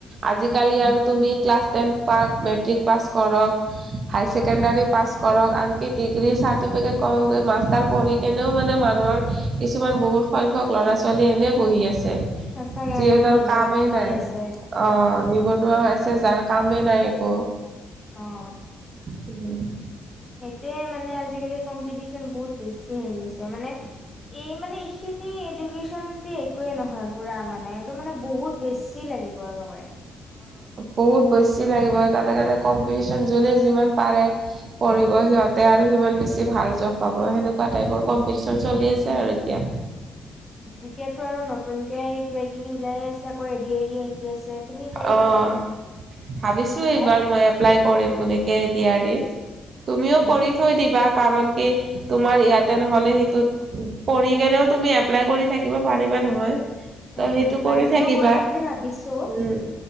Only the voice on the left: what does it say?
উম।
সঁচাকে
এনেকে
নিবনুৱা
হৈ
আছে
অঁ
সেইটোৱে মানে, আজি-কালি কম্পিটিচন বহুত বেছি হৈ গৈছে। মানে এই মানে, এইখিনি এডুকেশ্যন দি একোৱে নহয়, পুৰা মানে, একদম মানে বহুত বেছি লাগিব আৰু একেবাৰে।
এতিয়াতো আৰু নতুনকে কিবা কিবি ওলাই আছে, আকৌ এ ডি আৰ ই আহি আছে। তুমি কৰিবানে
এপ্লাই
অ
উম
উম পাৰিম
মই কৰিম বুলি ভাবিছো